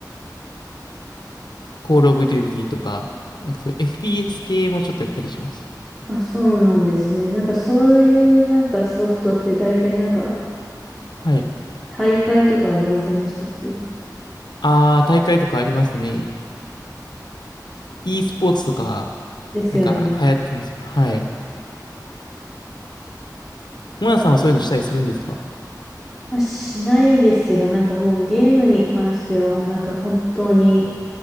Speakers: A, on the left; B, in the centre.
A: コールオブデューティーとか、なんかそういう FPS 系もちょっとやったりします。
B: あ、そうなんですね。なんかそういうなんかソフトって大体なんか
A: はい。
B: 大会とかありませんでしたっけ
A: あー、大会とかありますね。e スポーツとか、
B: ですよね。
A: なんか流行ってます。はい。モナさんはそういうのしたりするんですか
B: まあ、しないですけど、なんかもうゲームに関しては、なんか本当に、